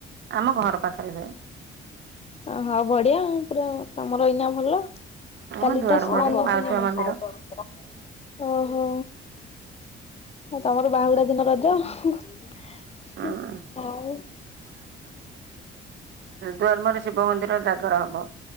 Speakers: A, on the right; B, on the left.
A: ଆମ ଘର ପାଖରେ ହୁଏ।
B: ଓହ ବଢିଆ, ପୁରା ତମର ଏଇନା ଭଲ।
A: ଆମ
B: କାଲି
A: ଦୁଆର
B: ତ ସ୍ନାନ
A: ମୁହଁରେ ମାଉସୀମା
B: ପୂର୍ଣ୍ଣିମା,
A: ମନ୍ଦିର।
B: ଓହୋ। ତମର ବାହୁଡା ଦିନ ରଜ। ହୁଁ
A: ହୁଁ
B: ଆଉ
A: ଦର୍ମରେ ଶିବ ମନ୍ଦିର ଜାଗର ହବ।